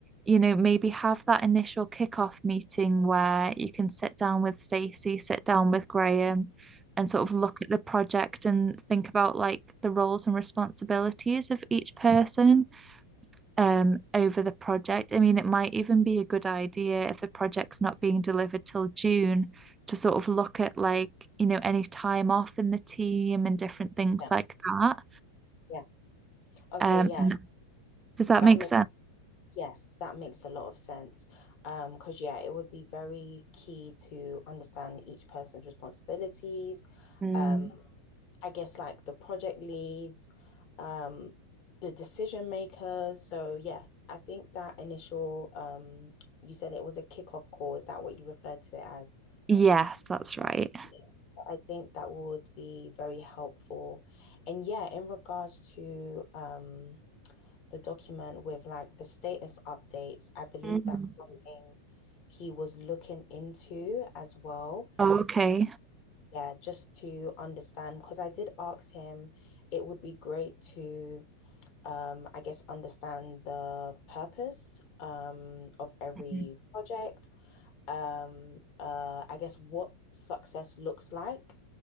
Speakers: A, on the right; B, on the left.
A: you know, maybe have that initial kickoff meeting where you can sit down with Stacey, sit down with Graham, and sort of look at the project and think about like the roles and responsibilities of each person um, over the project. I mean, it might even be a good idea if the project's not being delivered till June to sort of look at like, you know, any time off in the team and different things
B: Yeah,
A: like that.
B: yeah. Okay,
A: Um,
B: yeah.
A: and does that
B: That
A: make
B: makes
A: sense?
B: yes, that makes a lot of sense. Um, because yeah, it would be very key to understand each person's responsibilities.
A: Mm.
B: Um, I guess like the project leads, um, the decision makers. So yeah, I think that initial um you said it was a kickoff call. Is that what you referred to it as?
A: Yes, that's right.
B: Yes. I think that would be very helpful. And yeah, in regards to um the document with like the status updates. I believe
A: Mm.
B: that's something he was looking into as well.
A: Oh, okay.
B: Yeah, just to understand, because I did ask him, it would be great to, um, I guess, understand the purpose um, of every
A: Mhm.
B: project. Um, uh, I guess what success looks like